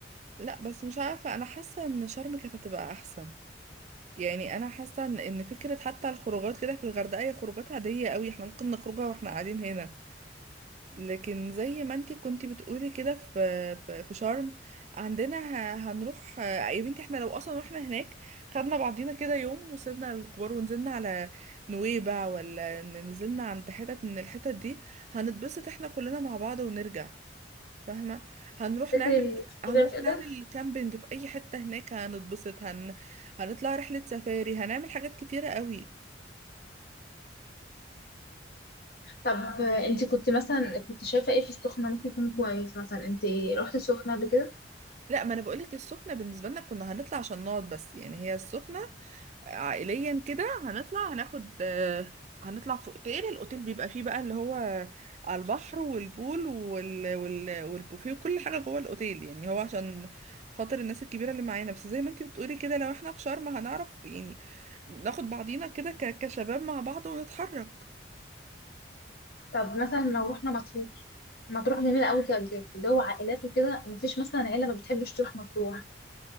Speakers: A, on the right (about 40°); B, on the left (about 55°).
A: لا بس مش عارفه انا حاسه ان شرم كانت هتبقى احسن يعني انا حاسه ان إن فكره حتى الخروجات كده في الغردقه هي خروجات عاديه قوي احنا ممكن نخرجها واحنا قاعدين هنا لكن زي ما انتي كنتي بتقولي كده في في في شرم عندنا ه- هنروح يا بنتي احنا لو اصلا رحنا هناك خدنا بعضينا كده يوم وسيبنا الكبار ونزلنا على نويبع ولا ن- نزلنا عند حتت من الحتت دي هنتبسط احنا كلنا مع بعض ونرجع فاهمة هنروح
B: تفتكر
A: نعمل
B: الناس الكبيرة
A: هنروح
B: تقدر
A: نعمل كامبينج في اي حتة هناك هنتبسط هن... هنطلع رحلة سفاري هنعمل حاجات كتيرة قوي
B: طب آه، انت كنت مثلا كنت شايفة ايه في السخنة ممكن يكون كويس مثلا انت رحت السخنة قبل كده
A: لا ما انا بقولك السخنة بالنسبة لنا كنا هنطلع عشان نقعد بس يعني هي السخنة عائليا كده هنطلع هناخد آه، هنطلع في اوتيل الاوتيل بيبقى فيه بقى اللي هو على البحر والبول وال... وال... والبوفيه وكل حاجة جوه الاوتيل يعني هو عشان خاطر الناس الكبيرة اللي معانا بس زي ما انتي بتقولي كده لو احنا في شرم هنعرف يعني ناخد بعضينا كده ك... كشباب مع بعض ونتحرك
B: طب مثلا لو رحنا مطروح مطروح جميلة قوي كده جو عائلات وكده مفيش مثلا عيلة ما بتحبش تروح مطروح